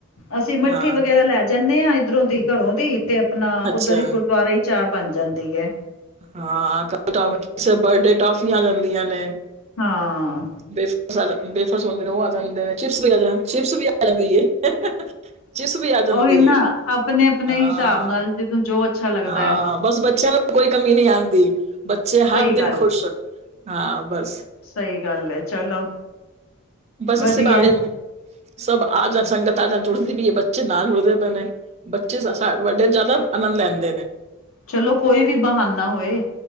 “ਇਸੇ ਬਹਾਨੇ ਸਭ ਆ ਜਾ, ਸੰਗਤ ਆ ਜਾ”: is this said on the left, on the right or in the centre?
Right